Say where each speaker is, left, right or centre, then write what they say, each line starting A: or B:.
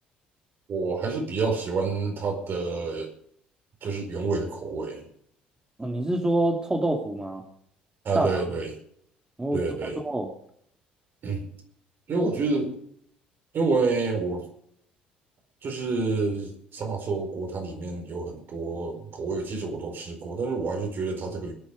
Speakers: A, on the right; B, on the right.
A: 我还是比较喜欢它的就是原味的口味
B: 哦，你是说臭豆腐吗？
A: 啊，
B: 大肠？
A: 对对
B: 哦，
A: 对对，
B: 怎么说？
A: <clears throat> 因为我觉得，因为我就是三麻臭锅，它里面有很多口味，其实我都吃过，但是我还是觉得它这个